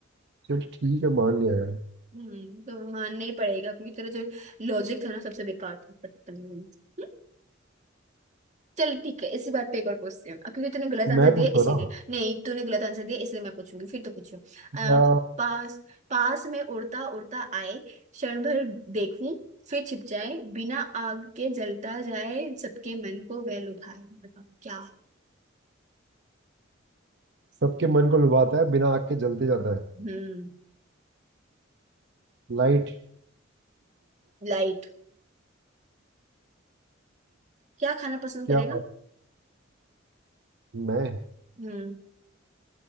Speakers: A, on the right (about 60°); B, on the right (about 35°).
A: चल ठीक है मान लिया यार
B: हम्म तो मानना ही पड़ेगा क्योंकि तेरा जो लॉजिक था ना सबसे बेकार था बदतमीज इंसान। चल ठीक है इसी बात पे एक और पूछते हैं अब क्योंकि तूने गलत आंसर
A: मैं
B: दिया
A: पूछता
B: इसीलिए
A: हूँ ना
B: नहीं तूने गलत आंसर दिया इसलिए मैं पूछूंगी फिर तो पूछो अ,
A: क्या
B: पास पास में उड़ता उड़ता आए क्षण भर देखूं फिर छिप जाए बिना आग के जलता जाए सबके मन को वह लुभाए बताओ क्या
A: सबके मन को लुभाता है बिना आग के जलते जाता है
B: हम्म
A: लाइट
B: लाइट क्या खाना पसंद
A: क्या
B: करेगा
A: बात मैं
B: हम्म